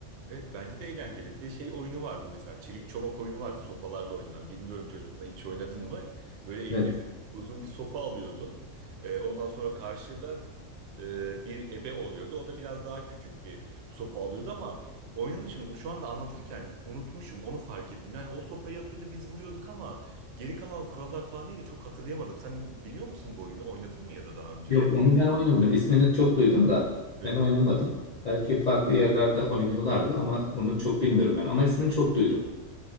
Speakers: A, on the right (about 65°); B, on the left (about 65°).
A: Evet bence de eğlenceli. Bir de şey oyunu vardı mesela çelik çomak oyunu vardı sopalarla oynanan. Bilmiyorum çocukluğunda hiç oynadın mı? Böyle eline
B: Evet.
A: uzun bir sopa alıyordun. Ee, ondan sonra karşıda e, bir ebe oluyordu. O da biraz daha küçük bir sopa alıyordu ama oynanışını şu anda anlatırken unutmuşum onu fark ettim. Yani o sopayı atıyordu biz vuruyorduk ama geri kalan kurallar falan neydi çok hatırlayamadım. Sen biliyor musun bu oyunu? Oynadın mı ya da daha önce?
B: Yok onu ben oynamadım. İsmini çok duydum da
A: Evet.
B: ben oynamadım. Belki farklı yerlerde oynuyorlardı ama onu çok bilmiyorum ben. Ama ismini çok duydum.